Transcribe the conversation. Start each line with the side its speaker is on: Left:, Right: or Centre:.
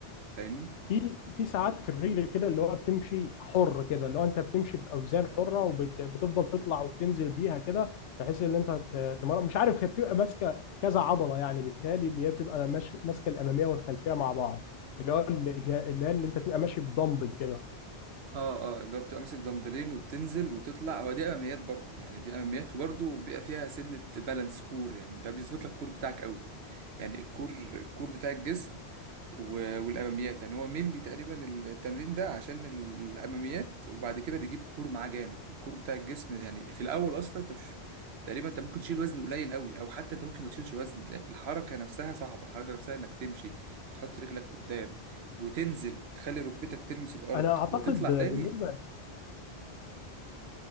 Right: فاهمني
Left: في في ساعات في الرجل كده اللي هو بتمشي حر كده اللي هو انت بتمشي باوزان حره وبتفضل تطلع وبتنزل بيها كده بحيث ان انت ت- تمر مش عارف هي بتبقى ماسكه كذا عضله يعني بالتالي اللي هي بتبقى ماش- ماسكه الاماميه والخلفيه مع بعض اللي هو اللي جا- اللي هي اللي انت تبقى ماشي بدمبل كده
Right: اه اه اللي هو بتبقى ماسك دمبلين وبتنزل وتطلع هو دي اماميات برضو يعني دي اماميات وبرضو بيبقى فيها سنه بالانس كور يعني ده بيظبط لك الكور بتاعك قوي يعني الكور الكور بتاع الجسم و- والاماميات يعني هو ملي تقريبا التمرين ده عشان الاماميات وبعد كده بيجيب الكور معاه جامد الكور بتاع الجسم ده يعني في الاول اصلا انت مش تقريبا انت ممكن تشيل وزن قليل قوي او حتى انت ممكن ما تشيلش وزن لا، الحركه نفسها صعبه الحركه نفسها انك تمشي تحط رجلك قدام وتنزل تخلي ركبتك تلمس الارض
Left: انا اعتقد
Right: وتطلع
Left: بالنسبه
Right: تاني